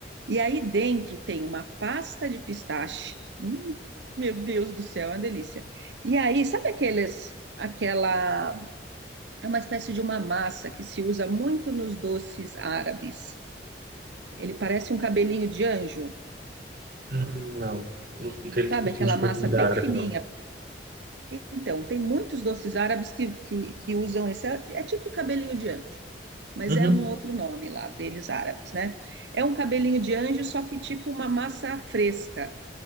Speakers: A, on the right; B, on the right.
A: E aí dentro tem uma pasta de pistache. Hum, meu Deus do céu, é uma delícia. E aí, sabe aqueles, aquela é uma espécie de uma massa que se usa muito nos doces árabes. Ele parece um cabelinho de anjo,
B: Hum, não. Não tenho
A: sabe?
B: costumes
A: Aquela
B: com
A: massa
B: a comida
A: bem
B: árabe,
A: fininha.
B: não.
A: Então, tem muitos doces árabes que, que, que usam esse. É é tipo cabelinho de anjo, mas
B: Uhum.
A: é um outro nome lá deles árabes, né? É um cabelinho de anjo, só que tipo uma massa fresca.